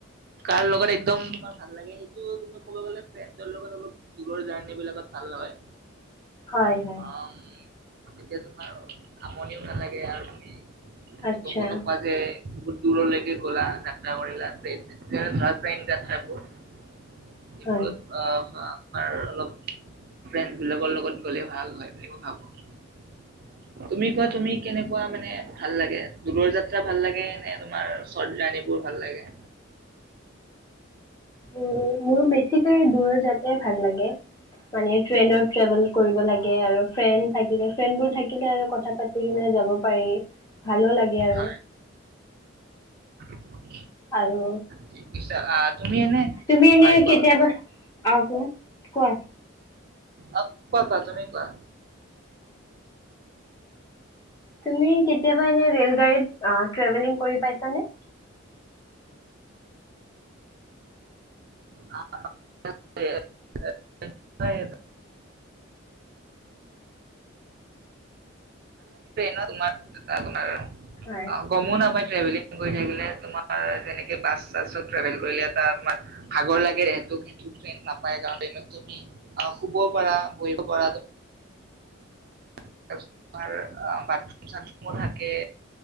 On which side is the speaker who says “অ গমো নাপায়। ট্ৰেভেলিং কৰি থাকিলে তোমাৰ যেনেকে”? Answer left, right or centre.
Right